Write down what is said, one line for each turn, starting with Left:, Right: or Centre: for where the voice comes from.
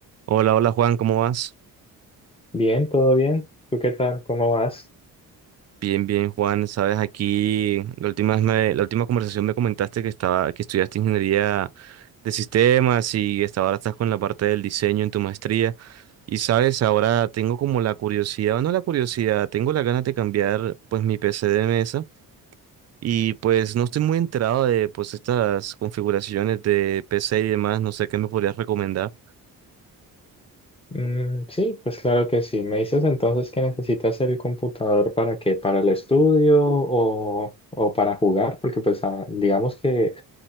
Right: Hola, hola Juan, ¿cómo vas?
Left: Bien, todo bien. ¿Tú qué tal? ¿Cómo vas?
Right: Bien, bien Juan, sabes, aquí la última vez me- la última conversación me comentaste que estaba, que estudiaste ingeniería de sistemas y estaba, ahora estás con la parte del diseño en tu maestría. Y sabes, ahora tengo como la curiosidad, o no la curiosidad, tengo la ganas de cambiar pues mi PC de mesa y pues no estoy muy enterado de pues estas configuraciones de PC y demás, no sé qué me podrías recomendar.
Left: Mm, sí, pues claro que sí. ¿Me dices entonces que necesitas el computador para qué? ¿Para el estudio o, o para jugar? Porque pues ah, digamos que